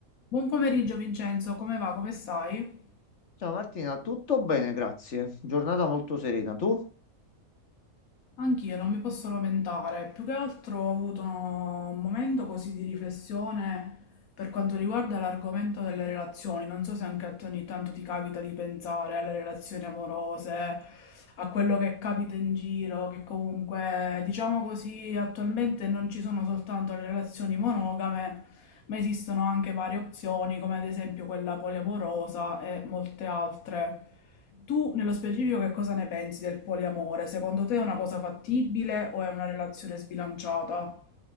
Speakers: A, on the left; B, on the left.
A: Buon pomeriggio Vincenzo, come va? Come stai?
B: Ciao Martina, tutto bene, grazie. Giornata molto serena. Tu?
A: Anch'io non mi posso lamentare, più che altro ho avuto un momento così di riflessione Per quanto riguarda l'argomento delle relazioni, non so se anche a te ogni tanto ti capita di pensare alle relazioni amorose, a quello che capita in giro, che comunque, diciamo così, attualmente non ci sono soltanto le relazioni monogame, ma esistono anche varie opzioni, come ad esempio quella poliamorosa e molte altre. Tu, nello specifico, che cosa ne pensi del poliamore? Secondo te è una cosa fattibile o è una relazione sbilanciata?